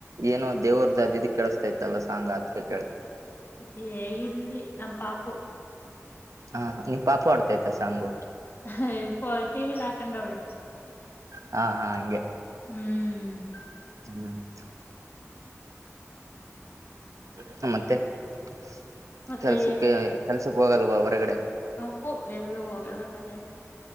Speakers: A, on the right; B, on the left.
A: ಏನೋ ದೇವ್ರದದಿದ ಕೇಳಿಸತಾಯಿತ್ತಲ್ಲ ಸಾಂಗ್ ಆದ ಕೇಳಿ
B: ಪ್ಚ್ ಏ ಇಲ್ಲಿ ನಮ್ಮ ಪಾಪು
A: ಹಾ ನೀಮ್ಮ ಪಾಪು ಹೊಡ್ತಾಯಿತ್ತಾ ಸಾಂಗು
B: ಹೈ ಪೋ ಟಿವಿಲಿ ಹಾಕೊಂಡವಳೇ
A: ಪೋ ಹಾ ಹಾ ಹಂಗೆ
B: ಹುಹ್ಹ್ಹ್
A: ಹು ಪ್ಚ್ ಪ್ಚ್ ಪ್ಚ್ಲ್ ಮತ್ತೆ ಪ್ಚ್ಲ್
B: ಮತ್ತೆ
A: ಕೆಲ್ಸಕ್ಕೆ ಎ ಐ ಕೆಲಸಕ್ಕೆ ಹೋಗಲ್ವ ಹೊರಗಡೆ
B: ಹು ಹೋ ಎಲ್ಲೂ ಹೋಗಲ್ಲ ಮನೆ